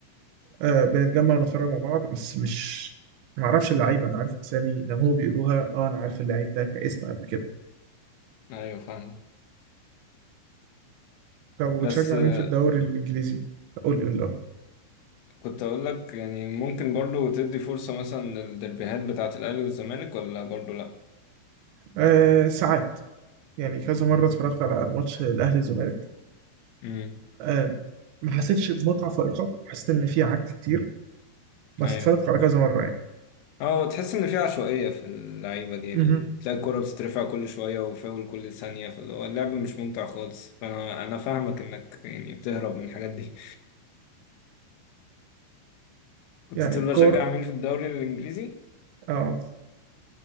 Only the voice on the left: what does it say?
أيوة فاهمة
بس آه،
كنت أقول لك يعني ممكن برضو تدي فرصة مثلا للدربيهات بتاعة الأهلي والزمالك ولا برضو لأ؟
مم.
أيوة
اه تحس ان في عشوائية في اللعيبة دي يعني
تلاقي الكرة بتترفع كل شوية وفاول كل ثانية فاللي هو اللعب مش ممتع خالص فانا انا فاهمك انك يعني بتهرب من الحاجات دي <laughs> كنت
تقول
بشجع مين في الدوري الانجليزي